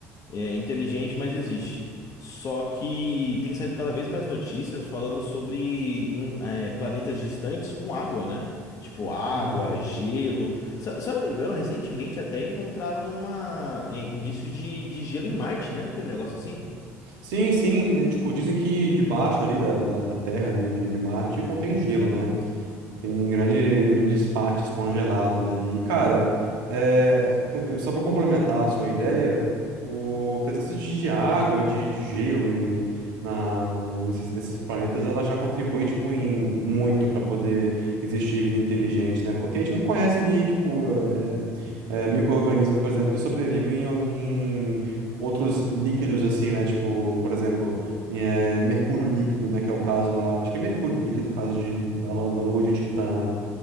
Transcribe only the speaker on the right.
Uhum.
Sim, sim, é, tipo, dizem que debaixo ali da, da, da Terra, ali de, de Marte, contém gelo, né? Tem grande, grandes partes congeladas ali. E, cara, é, eu- só para complementar a sua ideia, o, a presença de, de água, de, de gelo em, na, nesses, nesses planetas, ela já contribui, tipo, em muito para poder existir vida inteligente, né? Porque a gente não conhece ali, tipo, é, é, micro-organismos, por exemplo, que sobrevivem em, em outros líquidos, assim, né? Tipo, por exemplo é, mercúrio líquido, né? Que é o caso lá. Acho que é mercúrio líquido, o caso de, da, lu- da lua de Titã, né?